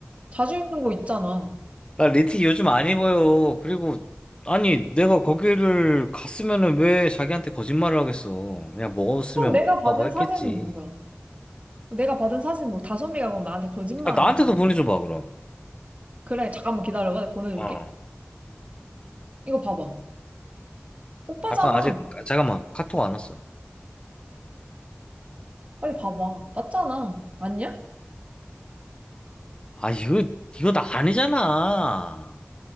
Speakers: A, on the right; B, on the left.
A: 자주 입는 거 있잖아.
B: 나리티기 요즘 안 입어요. 그리고, 아니, 내가 거기를 갔으면은 왜 자기한테 거짓말을 하겠어. 그냥 먹었으면
A: 그럼 내가
B: 먹었다고
A: 받은
B: 했겠지.
A: 사진은 뭐야? 내가 받은 사진은 뭐 다솜이가 그럼 나한테 거짓말
B: 아, 나한테도
A: 한다는
B: 보내줘봐, 그럼.
A: 그래, 잠깐만 기다려봐. 내가 보내줄게.
B: 어.
A: 이거 봐봐. 오빠잖아.
B: 잠깐, 아직, 잠깐만. 카톡 안 왔어.
A: 빨리 봐봐. 맞잖아. 아니야?
B: 아, 이거, 이거 나 아니잖아.